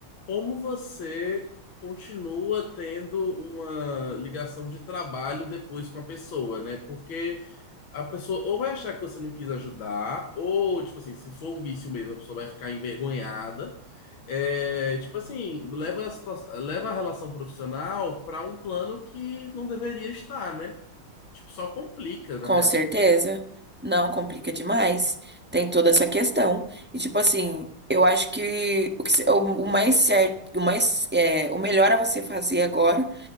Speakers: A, on the left; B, in the centre.
A: como você continua tendo uma ligação de trabalho depois com a pessoa, né? Porque a pessoa ou vai achar que você não quis ajudar, ou, tipo assim, se for um vício mesmo, a pessoa vai ficar envergonhada. É, tipo assim, leva a situa- leva a relação profissional para um plano que não deveria estar, né? Tipo, só complica, na
B: Com
A: real.
B: certeza. Não complica demais. Tem toda essa questão. E tipo assim, eu acho que o, que se- o- o mais certo, o mais, é, o melhor a você fazer agora